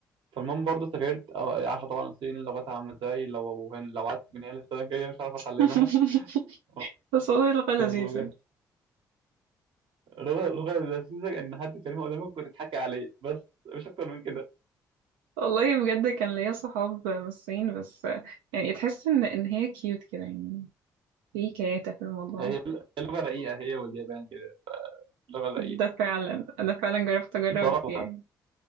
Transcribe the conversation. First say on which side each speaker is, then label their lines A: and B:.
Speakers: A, on the right; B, on the right.
A: فالمهم برضه سافرت آه، عارفة طبعا الصين لغتها عاملة ازاي لو هن- لو قعدت من هنا للسنة الجاية مش هعرف أتعلمها
B: <laughs>
A: آه،
B: بس والله لغة لذيذة
A: الموضوع بجد اللغة اللغة لذيذة إن حد كلمة قدامك وتضحكي عليه بس مش أكتر من كده
B: والله بجد كان ليا صحاب من الصين بس يعني تحس ان ان هي كيوت كده يعني في كياتة في الموضوع
A: هي هي لغة رقيقة هي واليابان كده لغة رقيقة
B: ده فعلا انا فعلا جربت اجرب
A: طبعا
B: يعني